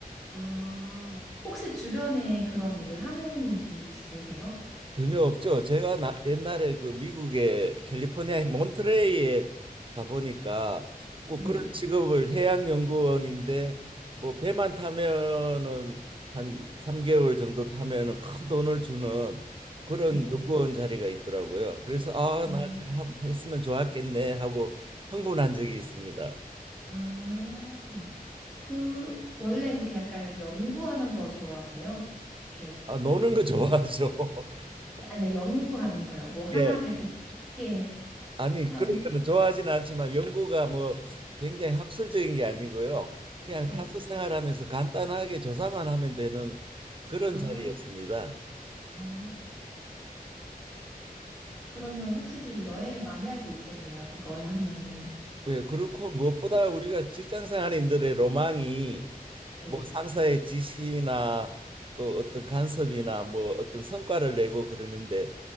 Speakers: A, in the centre; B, on the right.
A: 아, 혹시 주변에 그런 일을 하는 분이 혹시 계세요?
B: 전혀 없죠. 제가 나, 옛날에 그 미국의 캘리포니아 몬트레이에 가보니까 뭐
A: 네,
B: 그런 직업을 해양연구원인데 뭐 배만 타면은 한 3개월 정도 타면은 큰 돈을 주는 그런
A: 네.
B: 연구원 자리가 있더라고요. 그래서 아,
A: 아,
B: 나 지금 한- 했으면 좋았겠네 하고 흥분한 적이 있습니다.
A: 아. 그 원래 이렇게 약간 연구하는 거 좋아하세요? 이렇게
B: 아, 노는 거 좋아하죠. <laughs>
A: 아니요 연구하는 거요. 뭐 하나를
B: 예.
A: 이렇게 깊게
B: 아니
A: 하는
B: 그런 거는 좋아하지는 않지만 연구가 뭐 굉장히 학술적인 게 아니고요. 그냥
A: 네.
B: 타서 생활하면서 간단하게 조사만 하면 되는 그런
A: 아,
B: 자리였습니다.
A: 아. 그러면 확실히 여행을 많이 할 수 있겠네요. 그걸 하면은
B: 예, 그렇고 무엇보다 우리가 직장 생활인들의 로망이
A: 네.
B: 뭐 상사의 지시나 또 어떤 간섭이나 뭐 어떤 성과를 내고 그러는데